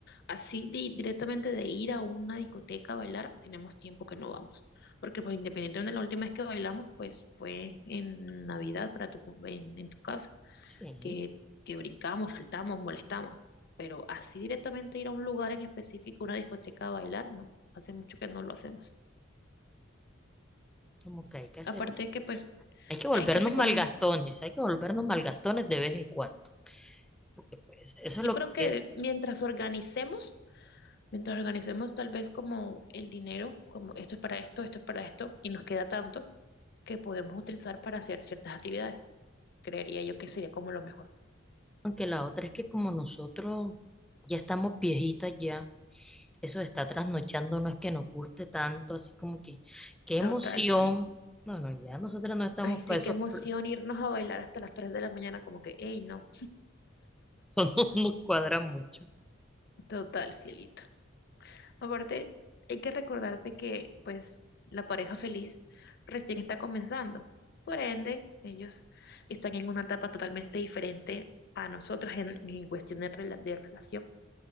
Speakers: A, on the left (about 55°); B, in the centre.
A: Así di- directamente de ir a una discoteca a bailar, tenemos tiempo que no vamos. Porque pues independientemente de la última vez que bailamos, pues fue en Navidad para tu, en, en tu casa.
B: Sí,
A: que, que brincamos, saltamos, molestamos, pero así directamente ir a un lugar en específico, una discoteca a bailar, no, hace mucho que no lo hacemos.
B: como que hay que hacer
A: Aparte de que pues
B: Hay que volvernos
A: hay que reconocer,
B: malgastones, hay que volvernos malgastones de vez en cuando, porque pues eso
A: yo
B: es lo
A: creo
B: que
A: que
B: queda.
A: mientras organicemos, mientras organicemos tal vez como el dinero, como esto es para esto, esto es para esto, y nos queda tanto que podemos utilizar para hacer ciertas actividades, creería yo que sería como lo mejor.
B: Aunque la otra es que como nosotros ya estamos viejitas ya, eso de estar trasnochando no es que nos guste tanto, así como que, qué
A: Total.
B: emoción. No, no, ya nosotros no estamos
A: Ay, sí,
B: para
A: qué
B: esos,
A: emoción
B: pl-
A: irnos a bailar hasta las 3 de la mañana, como que, hey, no.
B: <laughs> eso no nos cuadra mucho.
A: Total, cielito. Aparte, hay que recordarte que, pues, la pareja feliz recién está comenzando. Por ende, ellos están en una etapa totalmente diferente a nosotras en, en cuestión de, rela- de relación.